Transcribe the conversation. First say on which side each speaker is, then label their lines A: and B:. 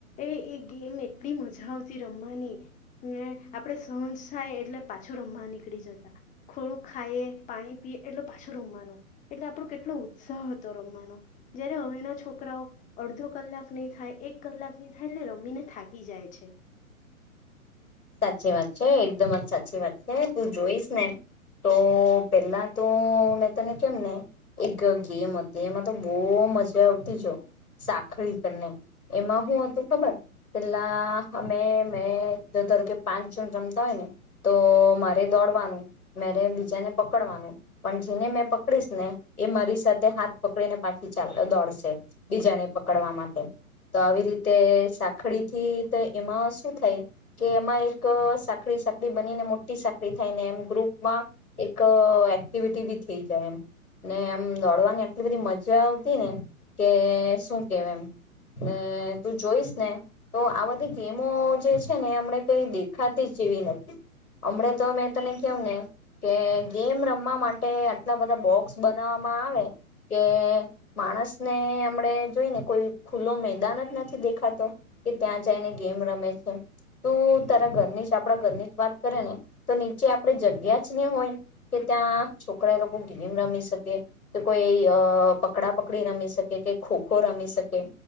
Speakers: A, on the left; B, on the left.
A: એ-એ ગેમ એટલી મજા આવતી રમવાની, ને આપણેે સહંજ થાય એટલે પાછું રમવા નીકળી જતા, થોડુંક ખાઈએ, પાણી પીએ <unintelligible> છું રમવાનું, એટલે આપણો કેટલો ઉત્સાહ હતો રમવાનો, જયારે હવેના છોકરાઓ અડધો કલાક નહી થાય, એક કલાક નહી થાય એટલે રમીને થાકી જાય. છે.
B: સાચી વાત છે. એકદમ જ સાચી વાત છે. તું જોઈશ ને તો પેલા તો મેં તને કેમ ને એક ગેમ હતી એમાં તો બહુ મજા આવતી જો, સાખડી કરીને. એમાં હું હતું ખબર પેલા અમે મે ધરધર કે પાંચ જણ રમતા હોય ને, તો મારે દોડવાનું, મેરે એમ બીજાને પકડવાનું, પણ જેને મેં પકડીશ ને એ મારી સાથે હાથ પકડીને પાછી ચાલ દોડશે બીજાને પકડવા માટે. તો આવી રીતે સાખડી થી તો એમાં શું થાય કે એમાં એક સાંકળી-સાંકળી બનીને મોટી સાંકળી થાય, ને એમ ગ્રુપમાં એક એક્ટિવિટી બી થઈ જાય એમ, ને એમ દોડવાની આટલી બધી મજા આવતી ને કે શું કેવ એમ. ને તું જોઈશ ને તો આ બધી ગેમો જે છે ને હમણે કઈ દેખાતી જેવી નથી. હમણે તો મેં તને કેવું ને કે ગેમ રમવા માટે આટલા બધા બોક્સ બનાવવામાં આવે, કે માણસને હમણે જોઈ ને કોઈ ખુલ્લો મેદાન જ નથી દેખાતો, કે ત્યાં જઈને ગેમ રમે છે એમ. તું તારા ઘરની જ આપડા ઘરની જ વાત કરે ને તો નીચે આપણે જગ્યા જ ન હોય, કે ત્યાં છોકરા એ લોકો ગેમ રમી શકે, કે કોઈ અહ પકડા પકડી રમી શકે, કે ખો ખો રમી શકે.